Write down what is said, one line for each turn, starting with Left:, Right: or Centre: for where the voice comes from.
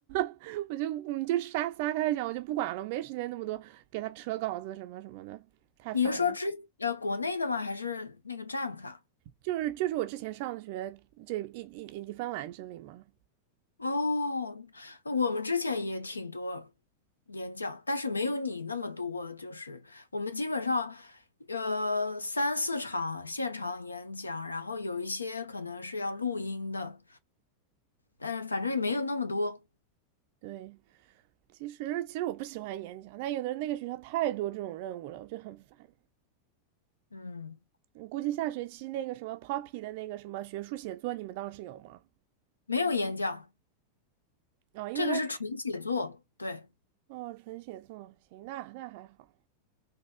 Right: <laughs> 我就嗯就瞎撒开讲，我就不管了，没时间那么多给他扯稿子什么什么的，太烦了。
Left: 你是说之呃国内的吗？还是那个 Jamk 啊？
Right: 就是就是我之前上学这一一一芬兰这里嘛，
Left: 哦，我们之前也挺多演讲，但是没有你那么多。就是我们基本上，呃，三四场现场演讲，然后有一些可能是要录音的，但是反正也没有那么多，
Right: 对，其实其实我不喜欢演讲，但有的人那个学校太多这种任务了，我就很烦。
Left: 嗯，
Right: 我估计下学期那个什么 Poppy 的那个什么学术写作，你们当时有吗？
Left: 没有演讲，
Right: 啊、因为他是
Left: 这个是纯写作。对，
Right: 哦，纯写作，行，那那还好。